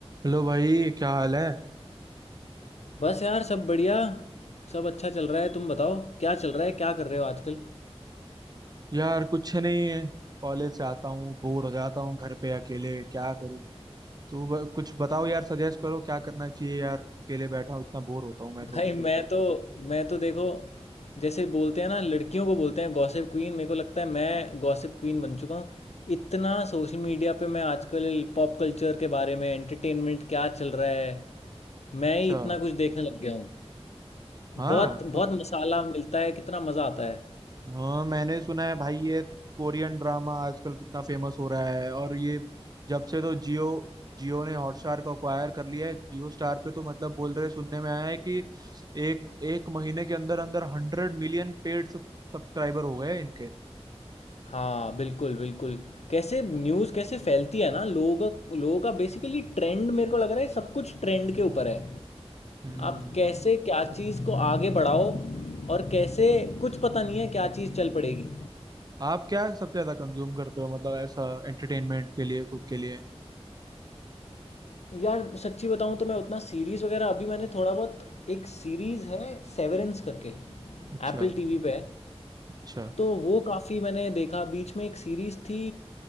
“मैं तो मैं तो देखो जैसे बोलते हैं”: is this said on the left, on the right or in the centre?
Left